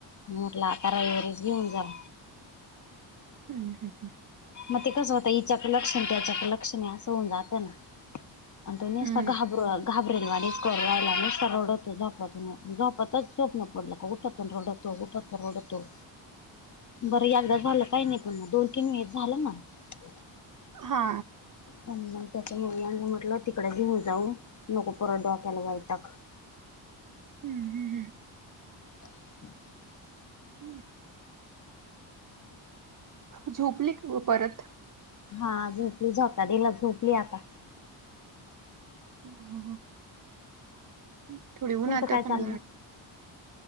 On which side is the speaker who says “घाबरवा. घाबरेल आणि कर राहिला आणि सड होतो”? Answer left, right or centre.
Left